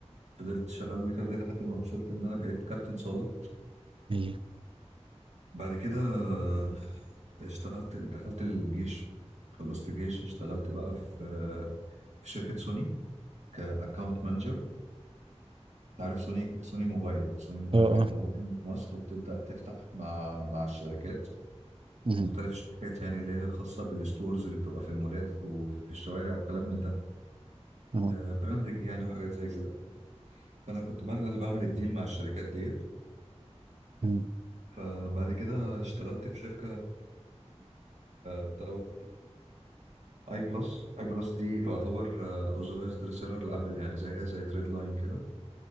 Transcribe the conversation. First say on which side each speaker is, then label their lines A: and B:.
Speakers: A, on the right; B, on the right.
A: فضلت شغال ويتر دي لحد ما وصلت ان انا بقيت كابتن صالة
B: ايه
A: بعد كده آه، اشتغلت دخلت الجيش خلصت جيش اشتغلت بقى في آه، في شركة سوني كأكاونت مانجر عارف سوني سوني موبايل سوني موبايل
B: اه اه
A: كانت موجودة في مصر وبتبدأ تفتح مع مع الشركات
B: مهم.
A: مختلف الشركات يعني اللي هي خاصة بالستورز اللي بتبقى في المولات وفي الشوارع وكلام من ده
B: اهو
A: آه، براندنج يعني وحاجات زي كده فأنا كنت بقى أنا اللي بعمل الديل مع الشركات ديت
B: مهم.
A: فبعد كده اشتغلت في شركة بتلوت اي بلس اي بلس دي تعتبر اوزرايزد ريسيلر لابل يعني زيها زي تريد لاين كده